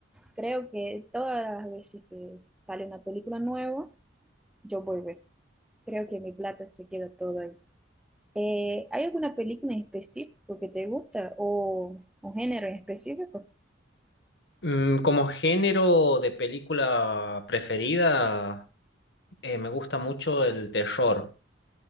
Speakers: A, in the centre; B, on the left.
A: Creo que todas las veces que sale una película nueva, yo voy a ver. Creo que mi plata se queda todo ahí. Eh, ¿hay alguna película en específico que te gusta o un género en específico?
B: Mm, como género de película preferida. eh, me gusta mucho el terror.